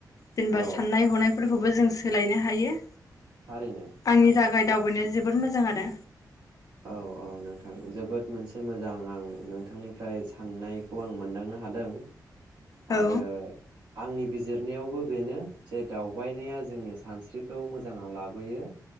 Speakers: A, on the left; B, on the right.
A: जेनेबा
B: औ
A: साननाय हनाय फोरखौबो जों सोलायनो हायो।
B: थारैनो
A: आंनि थाखाय दावबायनाया जोबोद मोजां आरो
B: औ औ नोंथां जोबोद मोनसे मोजां आं नोंथांनिफ्राय साननायखौ आं मोनदांनो हादों।
A: औ
B: आरो आंनि बिजिरनायावबो बेनो जे दावबायनाया जोंनि सानस्रिखौ मोजाङाव लाबोयो